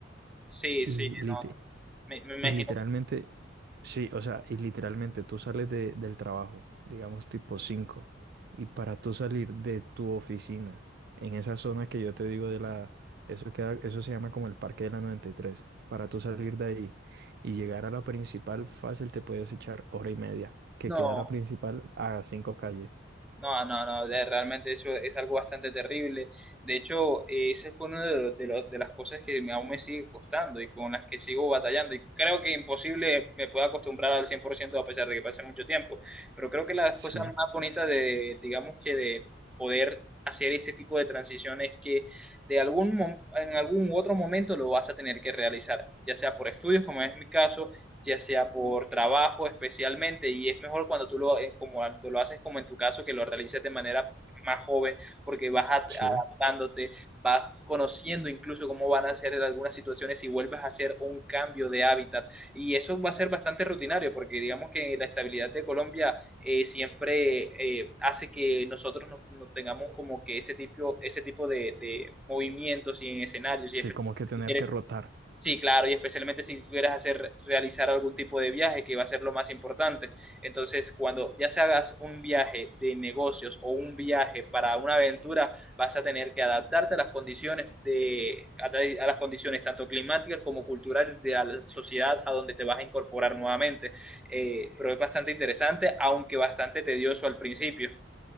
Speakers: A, in the centre; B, on the right.
A: sí,
B: Y
A: sí,
B: lite-
A: no. Me, me imagino.
B: y literalmente, sí, o sea, y literalmente tú sales de, del trabajo, digamos tipo cinco y para tú salir de tu oficina, en esa zona que yo te digo de la, eso queda, eso se llama como el Parque de la noventa y tres para tú salir de ahí y llegar a la principal fácil te puedes echar hora y media, que
A: No.
B: queda la principal a cinco calles.
A: No, no, no, de- realmente eso es algo bastante terrible. De hecho, eh, ese fue uno de, los- de, los- de las cosas que me- aún me sigue costando y con las que sigo batallando. Y creo que imposible me pueda acostumbrar al cien por ciento a pesar de que pase mucho tiempo. Pero creo que las cosas
B: Sí,
A: más bonitas de, digamos que de poder hacer ese tipo de transiciones es que de algún mom- en algún otro momento lo vas a tener que realizar, ya sea por estudios, como es mi caso, ya sea por trabajo especialmente, y es mejor cuando tú lo, eh, como tú lo haces como en tu caso, que lo realices de manera más joven, porque vas a-
B: sí,
A: adaptándote, vas conociendo incluso cómo van a ser en algunas situaciones y vuelves a hacer un cambio de hábitat. Y eso va a ser bastante rutinario, porque digamos que la estabilidad de Colombia eh, siempre eh, hace que nosotros nos, nos tengamos como que ese tipo, ese tipo de, de movimientos y en escenarios
B: sí,
A: y especialmente
B: como que tener
A: si quieres
B: que rotar.
A: Sí, claro, y especialmente si quieres hacer, realizar algún tipo de viaje, que va a ser lo más importante. Entonces, cuando ya se hagas un viaje de negocios o un viaje para una aventura, vas a tener que adaptarte a las condiciones de, a, a las condiciones tanto climáticas como culturales de la sociedad a donde te vas a incorporar nuevamente. Eh, pero es bastante interesante, aunque bastante tedioso al principio.